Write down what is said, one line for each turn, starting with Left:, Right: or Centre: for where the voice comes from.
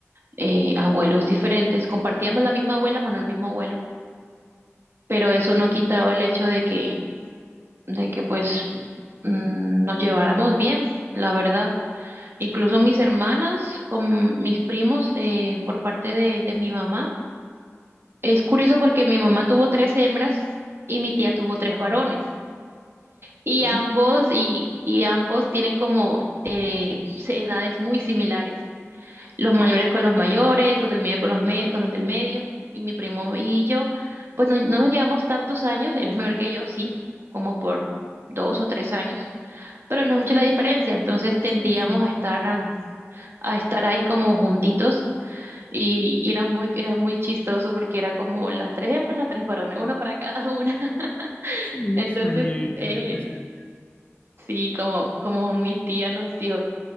Right: eh, abuelos diferentes, compartíamos la misma abuela, pero no el mismo abuelo, pero eso no quitaba el hecho de que, de que pues mm, nos lleváramos bien, la verdad. Incluso mis hermanas con mis primos eh, por parte de, de mi mamá. Es curioso porque mi mamá tuvo tres hembras y mi tía tuvo tres varones y
Left: sí,
Right: ambos y, y ambos tienen como eh, edades muy similares. los mayores con los mayores, los del medio con los, me- con los del medio, y mi primo y yo, pues no, no nos llevamos tantos años, él es mayor que yo, sí, como por dos o tres años, pero no es mucha la diferencia, entonces tendíamos
Left: sí, sí,
Right: a estar, am, a estar ahí como juntitos, y, y era muy, era muy chistoso porque era como las tres hembras, las tres varones, una para cada una, <laughs>
Left: sí,
Right: entonces,
Left: suele,
Right: eh,
Left: suele pasar.
Right: sí, como, como mi tía nos dio,